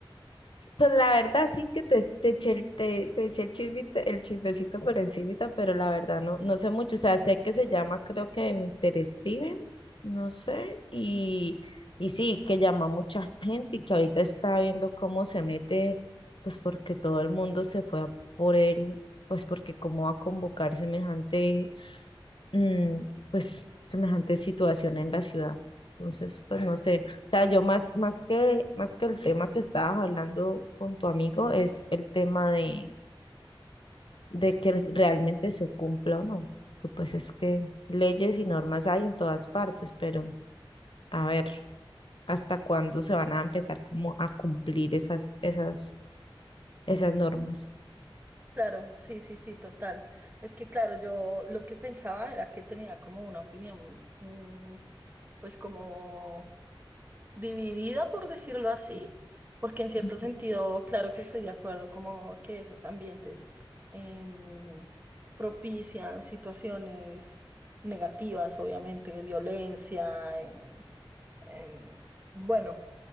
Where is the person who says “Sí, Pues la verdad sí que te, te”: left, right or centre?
Left